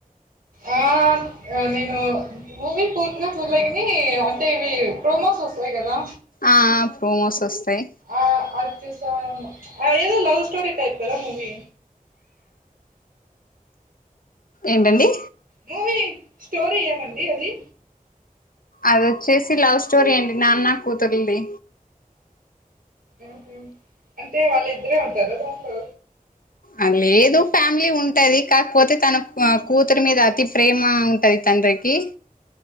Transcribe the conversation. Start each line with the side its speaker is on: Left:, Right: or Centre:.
Right: ఆ నేను మూవీ పూర్తిగా చూడలేగని అంటే ఇవి ప్రోమోస్ ఓస్ బోయ్ గదా
Left: ఆ ఆ ప్రోమోస్ సోస్తాయ్.
Right: ఆ అద్ చూసాను ఆ ఏదో లవ్ స్టోరి టైప్ కదా మూవీ.
Left: ఏంటండి.
Right: మూవీ స్టోర్ ఏమండీ అది.
Left: అదొచ్చేసి లవ్ స్టోరీ అండి నాన్న కూతుర్లుది
Right: ఉహు అంటే వాళ్ళిద్దరే ఉంటారా దాంట్లో
Left: ఆ లేదు ఫ్యామిలీ ఉంటది కాకపోతే తన క్వా కూతురు మీద అతి ప్రేమ ఉంటాది తండ్రికి.